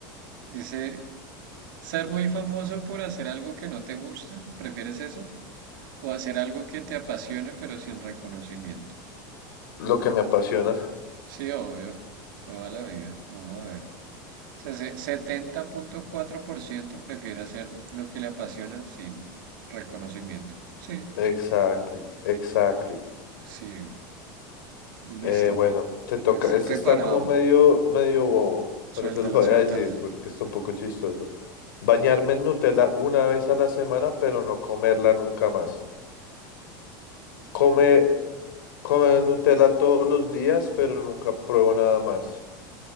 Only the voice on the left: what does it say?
lo que me apasiona.
Exactly, exactly.
Eh, bueno, te toca.
Este
está como medio, medio bobo, pero
se lo voy
a decir porque está un poco chistoso. Bañarme en Nutella una vez a la semana, pero no comerla nunca más. Come, come Nutella todos los días, pero nunca pruebo nada más.